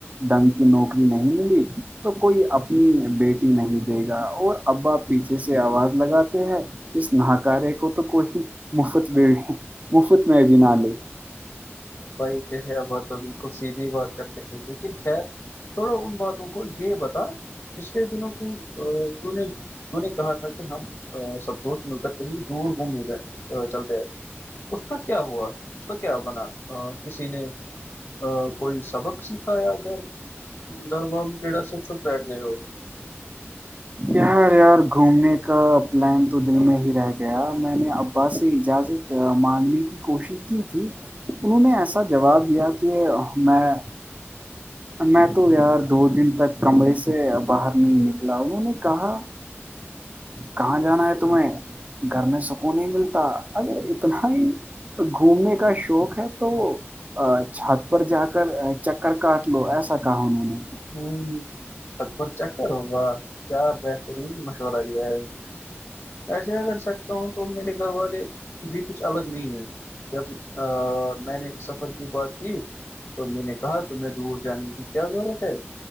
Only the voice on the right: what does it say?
ڈنگ کی نوکری نہیں ملی تو کوئی اپنی بیٹی نہیں دے گا اور ابا پیچھے سے آواز لگاتے ہیں اس ناکارے کو تو کوئی مفت میں مفت میں بھی نہ لے
یار یار گھومنے کا پلان تو دل میں ہی رہ گیا میں نے ابا سے اجازت مارنے کی کوشش کی تھی انہوں نے ایسا جواب دیا کہ میں میں تو یار دو دن تک کمرے سے باہر نہیں نکلا انہوں نے کہاں کہاں جانا ہے تمہیں گھر میں سکون نہیں ملتا اگر اتنا ہی گھومنے کا شوق ہے تو ا چھات پر جا کر چکر کاٹ لو ایسا کہا انہوں نے